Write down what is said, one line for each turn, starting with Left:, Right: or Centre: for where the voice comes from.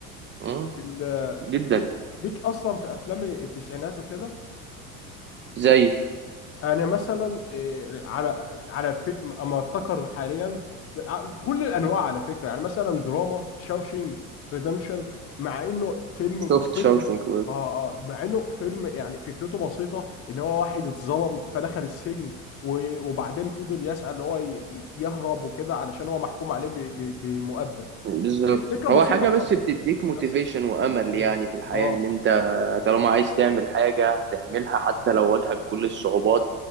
Right: مم،
Left: ال...
Right: جدا
Left: ليك ليك اصلا في افلام التسعينات وكده
Right: زي
Left: انا مثلا إيه، على على في... اما افتكر حاليا آه، في كل الانواع على فكره يعني مثلا دراما شاوشينج ريدمشن مع انه فيلم
Right: شفت
Left: بسيط
Right: شاوشنك
Left: جدا
Right: برضو
Left: اه اه مع انه فيلم يعني فكرته بسيطه ان هو واحد اتظلم فدخل السجن و... وبعدين فضل يسعى اللي هو ي... ي- يهرب وكده علشان هو محكوم عليه ب... ب... بمؤبد
Right: بالظبط
Left: فكره
Right: هو
Left: بسيطه
Right: حاجة
Left: خالص
Right: بس بتديك موتيفيشن
Left: بس
Right: وأمل
Left: ايوه
Right: يعني في الحياة
Left: اه
Right: إن أنت طالما عايز تعمل حاجة هتعملها حتى لو واجهك كل الصعوبات